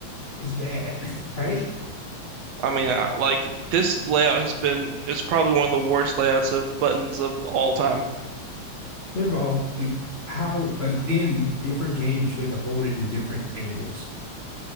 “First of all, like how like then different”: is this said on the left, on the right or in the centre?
Left